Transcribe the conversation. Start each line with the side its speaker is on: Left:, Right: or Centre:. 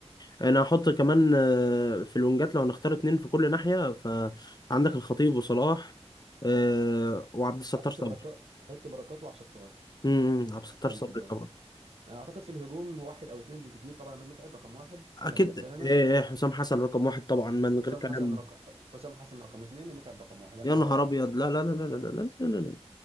Left: انا هحط كمان آه، في الونجات لو هنختار اتنين في كل ناحية فعندك الخطيب وصلاح آه، وعبد الستار
Right: احط
Left: صبري
Right: بركات احط بركات وعبد ستار
Left: امم عبد الستار
Right: ممكن
Left: صبري
Right: برضه
Left: طبعا
Right: آه، اعتقد في الهجوم هو واحد او اثنين بالكثير طبعا عماد متعب رقم واحد
Left: اكيد
Right: انا بالنسبه لي انا
Left: آه، حسام حسن رقم واحد طبعا من
Right: حسام
Left: غير كلام
Right: حسن رق... حسام حسن رقم اثنين متعب رقم واحد انا
Left: يا نهار
Right: في رايي
Left: ابيض
Right: انا
Left: لا لا لا لا لا لا لا لا